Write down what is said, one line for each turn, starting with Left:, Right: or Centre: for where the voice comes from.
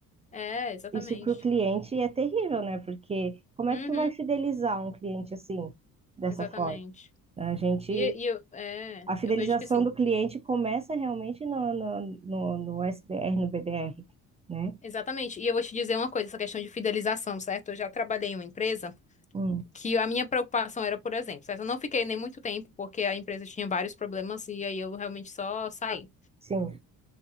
Left: é, exatamente.
Right: isso para o cliente é terrível, né? Porque como é
Left: Uhum,
Right: que tu vai fidelizar um cliente assim, dessa
Left: exatamente.
Right: forma? A gente,
Left: E, e eu, é,
Right: a fidelização
Left: eu vejo que assim,
Right: do cliente começa realmente no, no, no, no SDR, no BDR, né?
Left: exatamente. E eu vou te dizer uma coisa, essa questão de fidelização, certo? Eu já trabalhei em uma empresa
Right: Hum,
Left: que a minha preocupação era, por exemplo, certo? Eu não fiquei nem muito tempo porque a empresa tinha vários problemas e aí eu realmente só saí.
Right: sim,